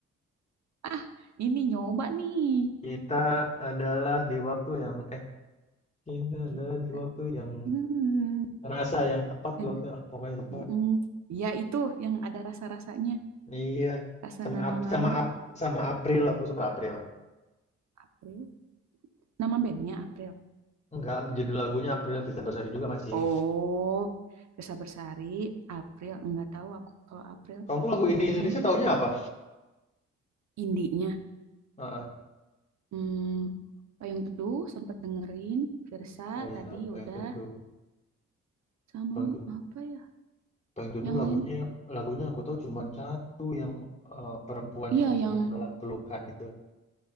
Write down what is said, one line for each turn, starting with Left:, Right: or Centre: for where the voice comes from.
Right: Ah, ini nyoba nih.
Left: Kita adalah di waktu yang eh kita
Right: Kita.
Left: adalah di waktu yang
Right: Hmm.
Left: rasa yang tepat
Right: Dan-
Left: di waktu yang ah, pokoknya lupa.
Right: Mm-mm. Ya itu yang ada rasa-rasanya.
Left: Iya
Right: Rasa
Left: sama
Right: nano-nano.
Left: Ap- sama Ap- sama April aku suka April.
Right: April. Nama bandnya April.
Left: Enggak, judul lagunya April Fitri Bersari juga masih.
Right: Oh, Desa Bersari, April, nggak tahu aku kalau April
Left: Kamu lagu indie
Right: kayaknya
Left: Indonesia taunya apa?
Right: indinya.
Left: Heeh.
Right: Hmm, Payung Teduh sempat dengerin, Firsa
Left: Oh iya,
Right: tadi
Left: Bang
Right: udah
Left: Teduh.
Right: sama
Left: Bang Teduh.
Right: apa ya?
Left: Payung Teduh
Right: Yang
Left: lagunya
Right: lain?
Left: lagunya aku tahu cuman satu yang, eee, perempuan
Right: Iya,
Left: yang sedang
Right: yang
Left: dalam pelukan itu.